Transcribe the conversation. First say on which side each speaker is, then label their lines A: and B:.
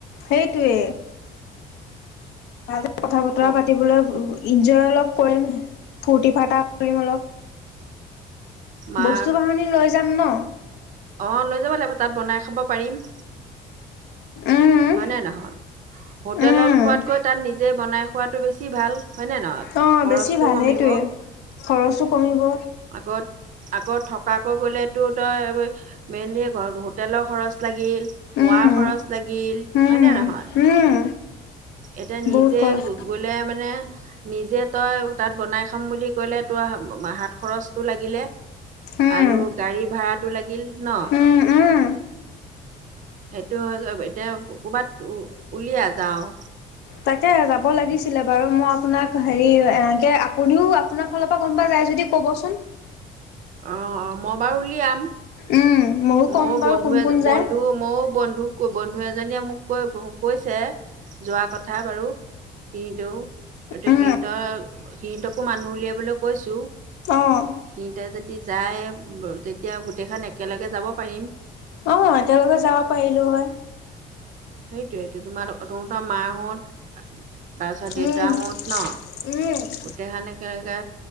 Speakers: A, on the left; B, on the right.
A: সেইটোৱে। ভালহে কথা বতৰা
B: অ
A: পাতিবলৈ এনজয় অলপ কৰিম। ফূৰ্তি ফাটা কৰিম অলপ
B: মা
A: বস্তু বাহনি লৈ যাম ন।
B: অঁ লৈ যাব লাগিব তাত বনাই খাব পাৰিম।
A: উম,
B: হয়নে নহয়, হোটেলত
A: উম।
B: খোৱাতকৈ তাত নিজে বনাই খোৱাটো বেছি ভাল হয়নে নহয়,
A: অ',
B: খৰচটো
A: বেছি ভাল
B: কমিব।
A: সেইটোৱে। খৰচো কমিব।
B: আগত আকৌ থকাকৈ গ'লেতো তই মেইনলি হোটেলৰ খৰচ লাগিল। খোৱা
A: উম,
B: খৰচ লাগিল
A: উম,
B: হয়নে নহয়,
A: উম।
B: এতিয়া
A: বহুত
B: নিজে
A: খৰচ,
B: গ'লে মানে নিজে তই তাত বনাই খাম বুলি ক'লে তোৰ হাত খৰচটো লাগিলে।
A: উম,
B: আৰু গাড়ী ভাড়াটো লাগিল ন।
A: উম, উম।
B: সেইটো হয় গৈ এতিয়া কৰ'বাত উ উলিয়াই যাওঁ।
A: তাকে যাব লাগিছিলে বাৰু, মই আপোনাক হেৰি এনেকে আপুনিও আপোনাৰ ফালৰ পৰা কোনোবা যায় যদি ক'বচোন।
B: অঁ অঁ মই বাৰু উলিয়াম,
A: উম, ময়ো ক'ম
B: মোৰ
A: বাৰু
B: বন্ধু
A: কোন কোন যায়।
B: বন্ধু মইও বন্ধুক বন্ধু এজনীয়ে মোক কৈ কৈছে, যোৱা কথা বাৰু। সিহঁতেও এতিয়া
A: উম,
B: সিহঁতৰ সিহঁতকো মানুহ উলিয়াবলৈ কৈছোঁ।
A: অ',
B: সিহঁতে যদি যায় তেতিয়া গোটেইখন একেলগে যাব পাৰিম।
A: অ', একেলগে যাব পাৰিলোঁ হয়।
B: সেইটোয়েইটো তোমাৰ তহঁতৰ মাহঁত তাৰপিছত দেউতাহঁত
A: উম,
B: ন
A: উম
B: গোটেইখান একেলগে,